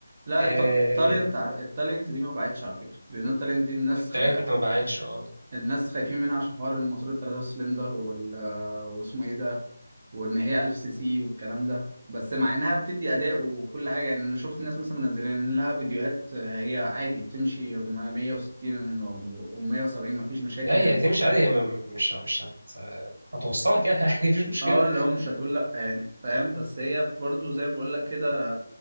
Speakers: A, on the right (about 30°); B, on the right (about 75°).
A: لا
B: آه،
A: الت... التالنت ع- التالنت دي ما بعتش على فكره لان التالنت دي الناس
B: الترند
A: خ...
B: ما بعتش اه
A: الناس خايفين منها عشان حوار الموتور الثلاثة سلندر وال... واسمه ايه ده وان هي 1000 سي سي والكلام ده بس مع انها بتدي اداء وكل حاجه يعني انا شفت الناس مثلا منزلين لها فيديوهات آه، هي عادي بتمشي 160 و170 مفيش مشاكل
B: لا هي
A: يعني
B: هتمشي عادي هي ما- مش مش هت... هتوصلك يعني <laughs> عادي مفيش مشكلة
A: اه اللي هو مش هتقول لا يعني فاهم بس هي برضو زي ما بقول لك كده